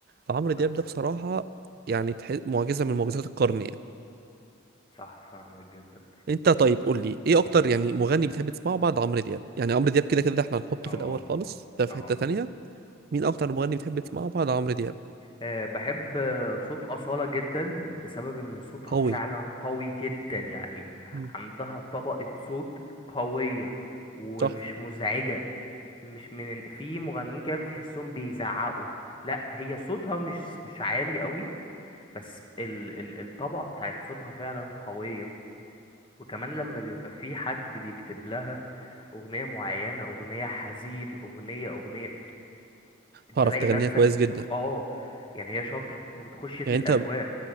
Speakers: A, on the right; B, on the left.
A: فعمرو دياب
B: صح
A: ده بصراحه يعني تح... معجزه من معجزات القرن يعني
B: صح فاهمك جدا
A: انت طيب قول لي ايه اكتر يعني مغني بتحب تسمعه بعد عمرو دياب يعني عمرو دياب كده كده احنا هنحطه
B: اه
A: في الاول خالص ده في
B: اه
A: حته تانية مين اكتر مغني بتحب تسمعه بعد عمرو دياب
B: آه، بحب آه، صوت أصالة جدا بسبب ان صوتها
A: قوي
B: فعلا قوي جدا يعني
A: مم.
B: عندها طبقة صوت قوية ومش
A: صح
B: مزعجة مش من في مغنيين كده بتحسهم بيزعقوا لا هي صوتها مش مش عالي قوي بس ال... ال... الطبقة بتاعت صوتها فعلا قوية وكمان لما بيبقى في حد بيكتب لها أغنية معينة أغنية حزين أغنية أغنية أنت
A: تعرف
B: لاقي
A: تغنيها
B: نفسك
A: كويس
B: بتخ...
A: جدا
B: آه يعني هي شاطرة وبتخش في
A: يعني
B: الأجواء
A: انت